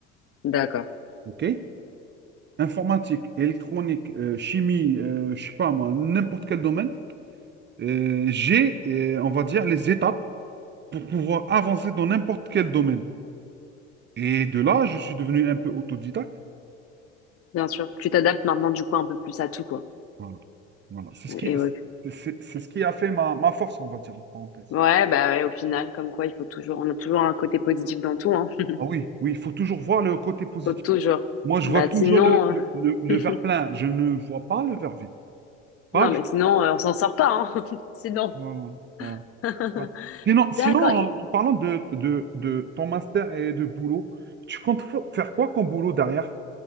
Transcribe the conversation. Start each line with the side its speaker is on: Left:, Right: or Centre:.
Left: D'accord.
Right: OK? Informatique, électronique, euh, chimie, euh, je sais pas moi, n'importe quel domaine. Euh, j'ai, euh, on va dire, les étapes pour pouvoir avancer dans n'importe quel domaine. Et de là, je suis devenu un peu autodidacte.
Left: Bien sûr. Tu t'adaptes maintenant du coup un peu plus à tout quoi.
Right: Voilà. Voilà. C'est ce qui,
Left: Et oui.
Right: c'est c'est- c'est ce qui a fait ma, ma force, on va dire, en parenthèse.
Left: Ouais, bah ouais, au final, comme quoi, il faut toujours, on a toujours un côté positif dans tout, hein. <laughs>
Right: Ah oui, oui, il faut toujours voir le côté positif.
Left: Faut toujours.
Right: Moi, je
Left: Bah
Right: vois toujours
Left: sinon,
Right: le, le, le- le
Left: euh,
Right: verre plein. Je ne vois pas le verre vide.
Left: <laughs>
Right: Pas
Left: non
Right: du
Left: mais
Right: tout.
Left: sinon, euh, on s'en sort pas, hein. <laughs> Sinon.
Right: Voilà, voilà,
Left: <laughs>
Right: voilà. Sinon,
Left: D'accord.
Right: sinon, en,
Left: Et
Right: en parlant de, de, de ton master et de boulot, tu comptes fa- faire quoi comme boulot derrière?